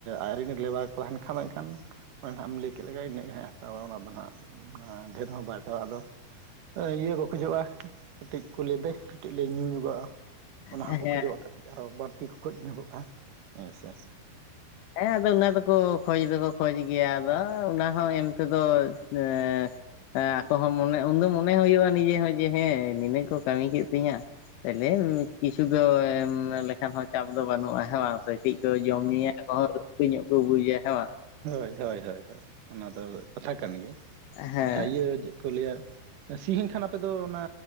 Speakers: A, on the right (about 60°); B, on the left (about 80°).
A: ᱟᱡᱨᱮᱱ ᱞᱮᱵᱟᱨ ᱠᱚ ᱛᱟᱦᱮᱱ ᱠᱷᱟᱱ ᱮᱱᱠᱷᱟᱱ ᱢᱟᱱᱮ ᱱᱟᱦᱟᱜ ᱮᱢ ᱞᱟᱹᱭ ᱠᱮᱫ ᱞᱮᱜᱟ ᱤᱱᱟᱹᱜ ᱜᱮ ᱱᱟᱦᱟᱜᱮ ᱦᱟᱛᱟᱣᱟ ᱚᱱᱟ ᱫᱚ ᱱᱟᱦᱟᱜ᱾ ᱚᱱᱟ ᱰᱷᱮᱨ ᱦᱚ ᱵᱟᱭ ᱦᱟᱛᱟᱣᱟ ᱟᱫᱚ, ᱤᱭᱟᱹ ᱠᱚ ᱠᱷᱚᱡᱚᱜᱼᱟ ᱠᱟᱹᱴᱤᱡ <unintelligible> ᱾ ᱠᱟᱹᱴᱤᱡ ᱞᱮ ᱧᱩ ᱧᱚᱜᱚᱜ-ᱟ ᱚᱱᱟ
B: ᱦᱮᱸ
A: ᱦᱚᱸᱠᱚ ᱠᱷᱚᱡᱚᱜ-ᱟ ᱠᱟᱹᱴᱤᱡ ᱟᱨᱚ ᱵᱟᱹᱲᱛᱤ ᱠᱚ ᱠᱷᱚᱡ ᱧᱚᱜᱚᱜ-ᱟ ᱦᱮᱸ ᱥᱮ
B: ᱦᱮᱸ ᱟᱫᱚ ᱚᱱᱟ ᱫᱚᱠᱚ ᱠᱷᱚᱡ ᱫᱚᱠᱚ ᱠᱷᱚᱡ ᱜᱮᱭᱟ, ᱟᱫᱚ ᱚᱱᱟ ᱦᱚᱸ ᱮᱢ ᱛᱮᱫᱚ ᱮᱸᱻ ᱦᱮᱸ ᱟᱠᱚ ᱦᱚᱸ ᱢᱚᱱᱮ ᱩᱱᱫᱚ ᱢᱚᱱᱮ ᱦᱩᱭᱩᱜᱼᱟ ᱱᱤᱡᱮ ᱦᱚᱸ ᱡᱮ ᱦᱮᱸ ᱱᱤᱱᱟᱹᱜ ᱠᱚ ᱠᱟᱹᱢᱤ ᱠᱮᱫ ᱛᱤᱧᱟ ᱾ ᱛᱟᱦᱞᱮ ᱠᱤᱪᱷᱩ ᱫᱚ ᱮᱢ ᱞᱮᱠᱷᱟᱱ ᱦᱚᱸ ᱪᱟᱯ ᱫᱚ ᱵᱟᱹᱱᱩᱜᱼᱟ ᱦᱮ ᱵᱟᱝ ᱾ ᱠᱟᱹᱴᱤᱡ ᱠᱚ ᱡᱚᱢ ᱧᱩᱭᱟ ᱟᱠᱚ ᱦᱚᱸ ᱨᱟᱹᱥᱠᱟᱹ ᱧᱚᱜ ᱠᱚ ᱵᱩᱡᱟ ᱦᱮᱸ ᱵᱟᱝ
A: ᱦᱳᱭ ᱦᱳᱭ ᱦᱳᱭ ᱦᱳᱭ ᱚᱱᱟ ᱫᱚ ᱠᱟᱛᱷᱟ ᱠᱟᱱ ᱜᱮᱭᱟ
B: ᱦᱮᱸ
A: ᱟᱪᱪᱷᱟ ᱤᱭᱟᱹ ᱪᱮᱫ ᱠᱚ ᱞᱟᱹᱭᱟ ᱥᱤ ᱦᱩᱭᱮᱱ ᱠᱷᱟᱱ ᱟᱯᱮ ᱫᱚ ᱚᱱᱟ